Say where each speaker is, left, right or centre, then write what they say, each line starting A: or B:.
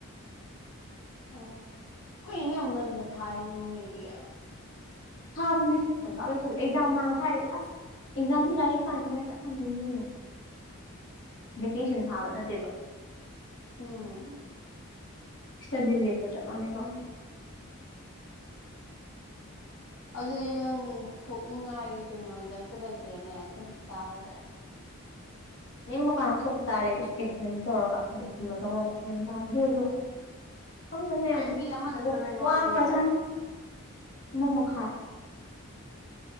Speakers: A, on the left; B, on the left.
A: ꯑꯣ ꯀꯩꯏꯅꯦ ꯌꯥꯝ ꯉꯟꯅ ꯊꯥꯏꯅ ꯅꯣꯏꯒꯤ
B: ꯊꯥꯕꯅꯦ ꯉꯟꯇꯥ ꯂꯣꯏꯁꯜꯂꯦ ꯑꯦꯛꯖꯥꯝ ꯃꯃꯥꯥꯡꯗ ꯊꯥꯢꯌꯦ ꯑꯁ ꯑꯦꯛꯖꯥꯝꯒꯤ ꯂꯥꯏꯔꯤꯛ ꯄꯥꯅꯤꯡꯉꯥꯏ ꯆꯞꯃꯥꯟꯅꯩꯅꯤ ꯚꯦꯀꯦꯁꯟ ꯊꯥꯕ ꯅꯠꯇꯦꯕ
A: ꯎꯝ
B: ꯏꯁꯇꯗꯤ ꯂꯤꯞꯀ ꯆꯞ ꯃꯥꯟꯅꯩ ꯈꯪꯗꯦ
A: ꯑꯗꯨꯗꯤ ꯅꯪ ꯊꯣꯛꯅꯤꯡꯉꯥꯏ ꯀꯩꯅꯣꯁꯦ ꯑꯝꯇ ꯂꯩꯇꯔꯦꯅꯦ ꯑꯇ ꯆꯥꯔꯁꯦ
B: ꯊꯣꯛꯅꯤꯡꯕ ꯀꯥꯟꯗ ꯊꯣꯛꯄ ꯇꯥꯔꯦ ꯏꯟꯁꯄꯦꯛꯁꯟ ꯇꯧꯔꯒ ꯂꯦꯞ ꯀꯨꯝꯕ ꯂꯞꯔꯒ ꯑꯗꯨ ꯑꯣꯏꯔꯁꯨ
A: ꯑꯣ
B: ꯈꯪꯗꯦꯗ ꯌꯥꯝ
A: ꯆꯍꯤ ꯑꯃ ꯅꯠꯇ꯭ꯔꯣ
B: ꯋꯥ
A: ꯅꯣꯏ ꯋꯥꯠꯂꯤꯁꯦ
B: ꯋꯥ ꯈ꯭ꯔꯖꯥꯠꯅꯤ ꯑꯃ ꯃꯈꯥꯏ